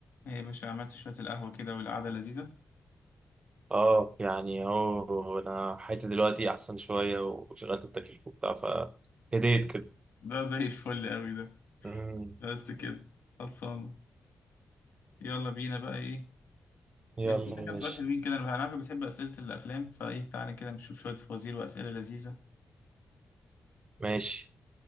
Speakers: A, on the left; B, on the right.
A: ايه يا باشا عملت شوية القهوة كده والقعدة لذيذة
B: اه يعني هو انا حياتي دلوقتي احسن شويه وشغلت التكييف وبتاع فهديت كده
A: ده زي الفل قوي ده
B: أمم،
A: بس كده خلصانة يلا بينا بقى ايه
B: يلا
A: جاهزين
B: ماشي
A: كام سؤال حلوين كده انا عارفك بتحب أسئلة الأفلام فايه تعالى كده نشوف شوية فوازير وأسئلة لذيذة
B: ماشي